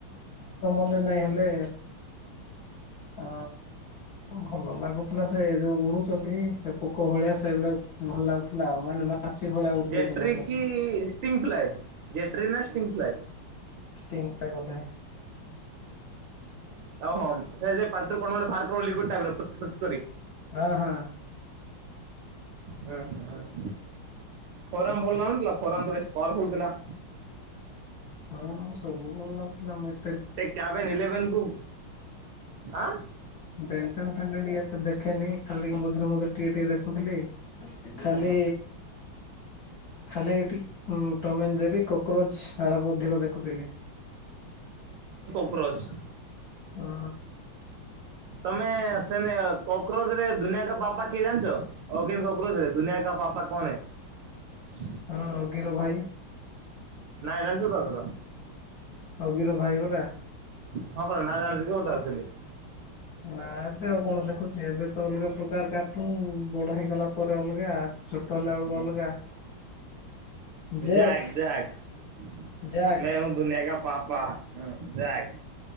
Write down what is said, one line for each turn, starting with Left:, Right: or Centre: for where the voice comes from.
Left: ମାନେ ନାଇଁ ହେଲେ। ଅ ଭଲ ଲାଗୁ। ନା ସେ ଯୋଉ ଉଡୁଛନ୍ତି ପୋକ ଭଳିଆ ସେଗୁଡା। ଭଲ ଲାଗୁଥିଲା ଆଉ ମାନେ ମାଛି ଭଳିଆ ଉଡୁଥିଲା
Right: ଜେଟ୍ର
Left: ଯୋଉ
Right: କି ଷ୍ଟିଙ୍ଗ ଫ୍ଲାଏ ଜେଟ୍ରି। ଟି ଫ୍ଲାଏ।
Left: ଷ୍ଟିଙ୍ଗ ଟା ବୋଧେ।
Right: ଓହଁ ସେ ପାଟିରୁ କଣ ଗୋଟେ ବାହାର କଲା ଲିକ୍ୱିଡ ଟାଇପର୍।
Left: ହଁ ହଁ।
Right: ହୁଁ ହୁଁ ହଁ। ଫୋର ଭଲ ନାହାନ୍ତିଥିଲା ଫୋରା ତ ପାୱାର ଫୁଲ ଥିଲା।
Left: ହଁ ସବୁ ଭଲ ଲ। ସିଲମ।
Right: ସେ କ୍ୟାବେନ୍ ଏଲେଭେନ୍ କୁ। ଆଁ।
Left: ବେଣ୍ଟେନ ଫେଣ୍ଟେନ ଟିକେ ଏତେ ଦେଖେନି ଖାଲି ଟିକେ ମଝିରେ ମଝିରେ ଟିକେ ଦେ। ବୁଝିଲି ଖାଲି। ଖାଲି ଏଠି ଟମ୍ ଆଣ୍ଡ ଜେରୀ କକ୍ରୋଚ୍। ସାରକୁ ଅଧିକ ଦେଖୁଥିଲି।
Right: କକ୍ରଜ,
Left: ହଁ,
Right: ତମେ ସେନ କକୋଚ ରେ ଦୁନିଆ କ ପାପା କିଏ ଜାଣିଛ କୋଚ ରେ ଦୁନିଆ କ ପାପା କୋନ ହେ?
Left: ହଁ ଗିରୋ ଭାଇ
Right: ନାଇଁ ରାନ୍ଧୁ ତାଘର
Left: ଅଗିର ଭାଇ ପରା।
Right: ହଁ ପରା ନାଇଁ ରାନ୍ଧୁ ଯିବୁ ତାର ଡେଲି <inaudible>
Left: ନା ଏବେ ଆଉ କଣ ଦେଖୁଛି? ଏବେ ତ ଅଲଗା ପ୍ରକାର କାର୍ଟୁନ, ବଡ ହେଇଗଲା ପରେ ଅଲଗା, ଛୋଟ ହେଲା ବେଳକୁ ଅଲଗା। ଜେକ୍
Right: ଯାକ ଯାକ
Left: ଜାକ୍
Right: ମେ ହୁଁ ଦୁନିଆ କା ପାପା। ହଁ ଜାକ୍